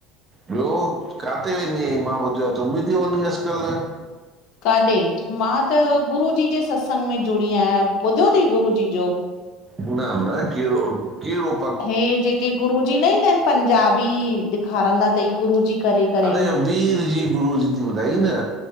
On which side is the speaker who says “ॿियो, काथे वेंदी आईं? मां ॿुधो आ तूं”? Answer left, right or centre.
Right